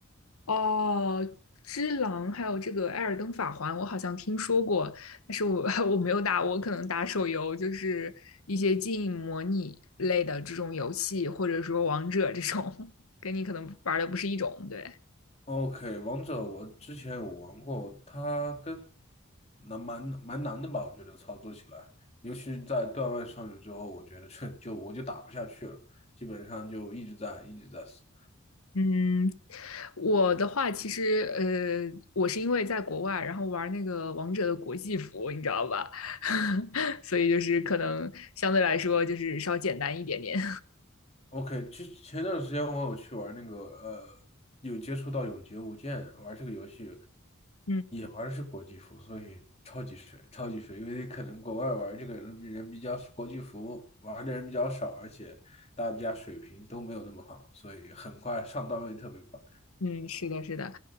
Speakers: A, on the left; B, on the left.
A: 哦，《只狼》还有这个《艾尔登法环》，我好像听说过，但是我 <laughs> 我没有打，我可能打手游，就是一些经营模拟类的这种游戏，或者说王者这种，<laughs> 跟你可能玩的不是一种，对。
B: OK，王者我之前有玩过，它跟难蛮蛮难的吧？我觉得操作起来，尤其在段位上去之后，我觉得就就我就打不下去了，基本上就一直在一直在死。
A: 嗯，我的话其实，呃，我是因为在国外，然后玩那个王者的国际服，你知道吧？<laughs> 所以就是可能相对来说就是稍简单一点点。
B: OK，其实前段时间我有去玩那个呃，有接触到《永劫无间》玩这个游戏，
A: <laughs> 嗯。
B: 玩的是国际服，所以超级水，超级水。因为可能国外玩这个人比人比较国际服玩的人比较少，而且大家水平都没有那么好，所以很快上段位特别快。
A: 嗯，是的，是的，